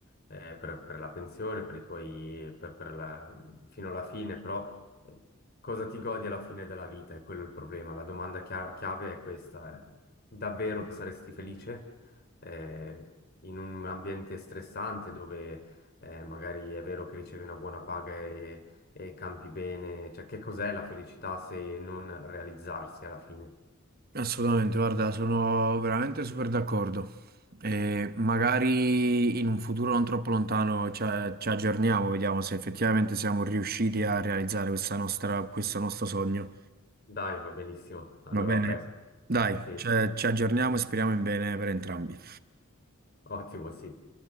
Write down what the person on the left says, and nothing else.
eh, per, per la pensione, per i tuoi, per, per la- fino alla fine, però eh, cosa ti godi alla fine della vita? È quello il problema. La domanda chia- chiave è questa. eh. Davvero saresti felice, eh, in un ambiente stressante dove, eh, magari è vero che ricevi una buona paga e, e campi bene? Cioè, che cos'è la felicità se non realizzarsi alla fine?
Dai, va benissimo. Allora,
a presto.
Sì,
ottimo, sì.